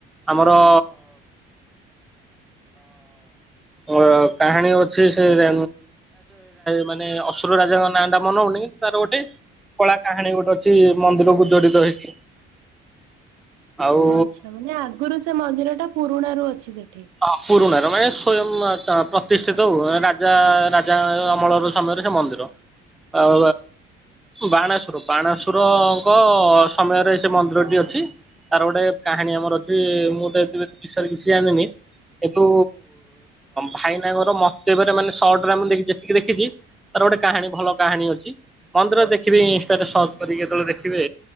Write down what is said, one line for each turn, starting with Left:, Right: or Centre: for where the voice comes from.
Centre: ଆମର ଓ ହ କାହାଣୀ ଅଛି ସେ ସେ ମ ମାନେ ଅସୁର ରାଜାଙ୍କ ନା ଟା ମାନେ ପଡୁନି କିନ୍ତୁ ତାର ଗୋଟେ କଳା କାହାଣୀ ଗୋଟେ ଅଛି, ମନ୍ଦିରକୁ ଜଡିତ ହେଇକି ଆଉ
Right: ଆଚ୍ଛା ମାନେ ଆଗରୁ ସେ ମନ୍ଦିର ଟା ପୁରୁଣା ରୁ ଅଛି ସେଠ
Centre: ହଁ ପୁରରୁଣ। ମାନେ ସ୍ଵୟଂ ପ୍ରତିଷ୍ଠିତ ହଉ ରାଜା ରାଜା ଅମଳର ସମୟରେ ସେ ମନ୍ଦିର। ଆଉ ବାଣେଶ୍ୱର ବାଣେଶ୍ୱର ଙ୍କ ସମୟରେ ସେ ମନ୍ଦିର ଟି ଅଛି। ତାର ଗୋଟେ କାହାଣୀ ଆମର ଅଛି ମୁଁ ତ ଏ ବିଷୟରେ କିଛି ଜାଣିନି। ଏଠୁ ଭାଇନାଙ୍କର ମତବରେ ମାନେ ସଟ ମୁଁଖଛିତିକି ଦେଖିଛି ତାର ଗୋଟେ କାହାଣୀ ଭଲ କାହାଣୀ ଅଛି। ମ ତା ଦେଖିବି ଇନଷ୍ଟରେ ସର୍ଚ୍ଚ କରିକି କେତେବେଳେ ଦେଖିବେ,